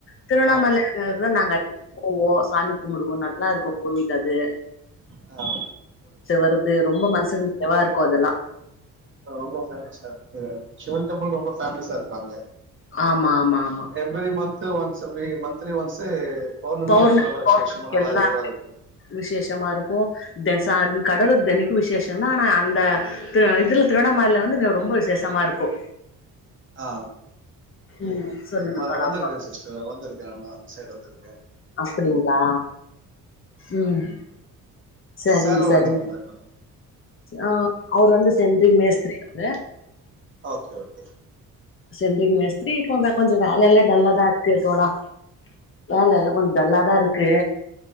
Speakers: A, on the left; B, on the right.
A: திருவண்ணாமல
B: ஆ
A: அதுக்குதா நாங்க அடிக்கடி போவோ சாமி கும்பிடுவோ நல்லா இருக்கு கோவில் அது <inaudible>
B: ஆ
A: வருது ரொம்ப மனசுக்கு நிறைவா இருக்கு அதெல்லா
B: ரொம்ப ஃபேமஸ் சிவன் டெம்பிள் ரொம்ப ஃபேமஸா இருக்கு அங்க
A: ஆமா ஆமா ஆமா
B: எவ்ரி மந்த்ஸ் ஒன்ஸ் வே மந்த்லி ஒன்ஸ்ஸு பௌர்ணமிக்கு
A: பௌர்ணமி
B: அதுக்கு நல்லா விசேஷமா
A: பௌர்ணமிக்கு
B: நல்லா
A: எல்லா
B: இதுவா இருக்கும்
A: விசேஷமா இருக்கு இந்த சாமி கடவுளுக்கு தெனிக்கு விசேஷந்தா ஆனா அந்த த்து இதுல திருவண்ணாமல்ல வந்து ரொம்ப விசேஷமா இருக்கு
B: ஆ
A: ம் சொல்லுங்க
B: வ
A: தோழா
B: வந்திருக்கே
A: அப்றோ
B: சிஸ்டர் வந்திருக்கே நால அந்த சைடு வந்துருக்கே
A: அப்பிடிங்களா ம் சரிங்க
B: சார் எல்லா
A: சரிங்க
B: என்ன பண்றாங்க மேடம்
A: ஆ அவரு வந்து சென்ட்ரிங் மேஸ்திரி அவரு
B: ஓகே ஓகே
A: சென்ட்ரிங் மேஸ்திரி இப்ப வெ கொஞ்சொ வேலைல்லா டல்லாதா இருக்கு தோழா வேல எல்லா கொஞ்சொ டல்லாதா இருக்கு